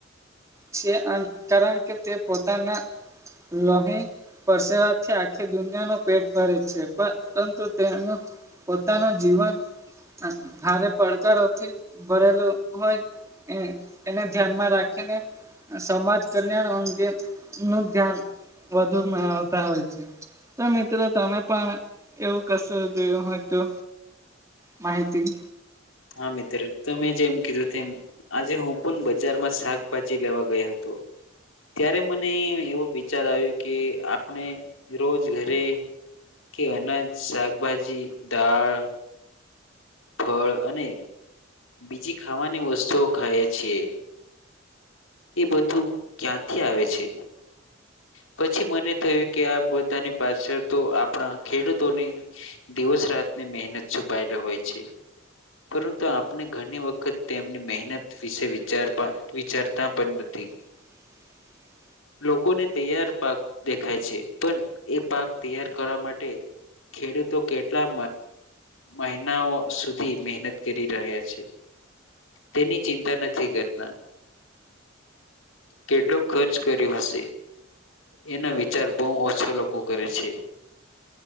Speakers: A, on the right; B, on the left.
A: છે કારણ કે તે પોતાના લોહી પરસેવાથી આખી દુનિયા ન પેટ ભરે છે પરંતુ તેનું પોતાનું જીવન ભારે પડકારોથી ભરેલું હોય હ એને ધ્યાનમાં રાખીને સમાજ કલ્યાણ અંગે નું ધ્યાન વધુ મેળવતા હોય છે તો મિત્રો તમે પણ એવું કશો હ એક તો માહિતી
B: હા મિત્ર તો મેં જેમ કીધું એમ આજે હું પણ બજારમાં શાકભાજી લેવા ગયો હતો હ ત્યારે મને એવો વિચાર આવ્યો કે આપણે રોજ ઘરે કે અનાજ શાકભાજી દાળ ફળ અને બીજી ખાવાની વસ્તુઓ ખાઈ છીએ એ બધું ક્યાંથી આવે છે પછી મને થયું કે આ બધાની પાછળ તો આપણા ખેડૂતોની દોસ રાતની મહેનત છુપાયેલી હોય છે પરંતુ આપણે ઘણી વખત તેમની મહેનત વિશે વિચાર વિચારતા પણ નથી
A: <inaudible>
B: લોકોને તૈયાર પાક દેખાય છે પણ એ પાક તૈયાર કરવા માટે ખેડૂતો કેટલા મહના ઘ સુધી મહેનત કરી રહ્યા છે. તેની ચિંતા નથી કરતા કેટલો ખર્ચ કર્યો હશે એનો વિચાર બહુ ઓછો લોકો કરે છે